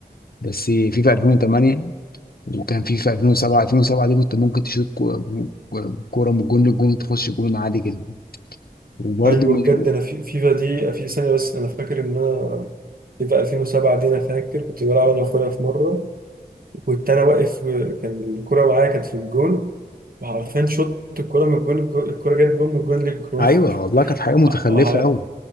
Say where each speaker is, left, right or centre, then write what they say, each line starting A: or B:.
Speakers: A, on the left; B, on the right.
A: بس في في 2008 وكان في في 2007 2007 دي كنت ممكن تشوط كو- كو- كوره من الجون للجون تخش جون عادي جدا وبرضه
B: ايوه
A: من
B: بجد انا في فيفا دي في ثانيه بس انا فاكر ان انا فيفا 2007 دي انا فاكر كنت بلعب انا واخويا في مره وكنت انا واقف كان الكره معايا كانت في الجون وعارفين شوت الكره من الجون الجون- الكره جت جون من الجون للجون
A: ايوه
B: <laughs>
A: والله كانت حاجه متخلفه
B: ع-
A: قوي